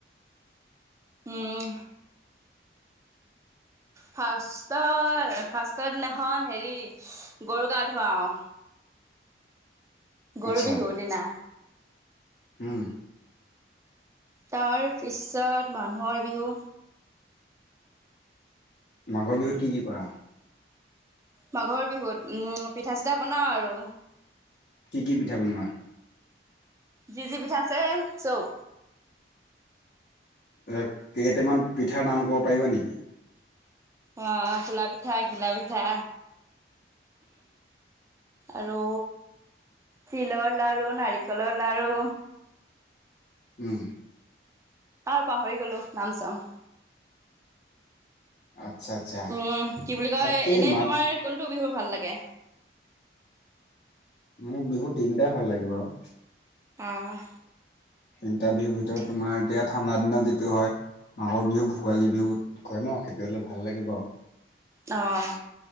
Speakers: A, on the right; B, on the left.
A: উম ফাৰ্ষ্টৰ, ফাৰ্ষ্টৰ দিনাখন হেৰি, গৰু গা ধোৱাও। গৰু
B: আচ্ছা
A: বিহুৰ দিনা।
B: উম।
A: তাৰপিছত মানুহৰ বিহু।
B: মাঘৰ বিহুত কি কি কৰা?
A: মাঘৰ বিহুত উম, পিঠা-চিঠা বনাওঁ আৰু।
B: কি কি পিঠা বনোৱা?
A: যি যি পিঠা আছে, চব।
B: এ কেইটামান পিঠাৰ নাম ক'ব পাৰিবা নেকি?
A: অ'! ফুলা পিঠা, ঘিলা পিঠা। আৰু তিলৰ লাৰু, নাৰিকলৰ লাৰু।
B: উম!
A: আৰু পাহৰি গ'লোঁ, নাম-চাম।
B: আচ্ছা আচ্ছা
A: উম, কি বুলি কয়!
B: তাকেই
A: এনেই
B: মাঘ
A: তোমাৰ, কোনটো বিহু ভাল লাগে?
B: মোৰ বিহু তিনিটাই ভাল লাগে বাৰু।
A: অ'!
B: তিনিটা বিহুৰ ভিতৰত
A: ঠিক
B: তোমাৰ, এতিয়া ঠাণ্ডাৰ দিনত যিটো হয়। মাঘৰ বিহুক ভোগালী বিহুত কয় ন'! সেইটো হ'লে ভাল লাগে বাৰু।
A: অ'!